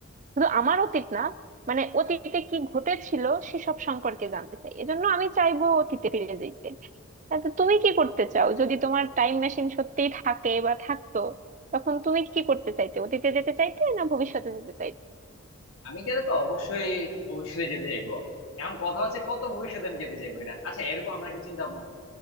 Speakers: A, on the right; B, on the left.
A: শুধু আমার অতীত না মানে অতীতে কি ঘটেছিল সেসব সম্পর্কে জানতে চাই এজন্য আমি চাইবো অতীতে ফিরে যেতে তা তো তুমি কি করতে চাও যদি তোমার টাইম মেশিন সত্যিই থাকে বা থাকতো তখন তুমি কি করতে চাইতে অতীতে যেতে চাইতে না ভবিষ্যতে যেতে চাইতে
B: আমি গেলে তো অবশ্যই ভবিষ্যতে যেতে চাইবো এখন কথা হচ্ছে কত ভবিষ্যতে আমি যেতে চাইবো এটা আচ্ছা এরকম আমরা কি চিন্তা ভাবনা করি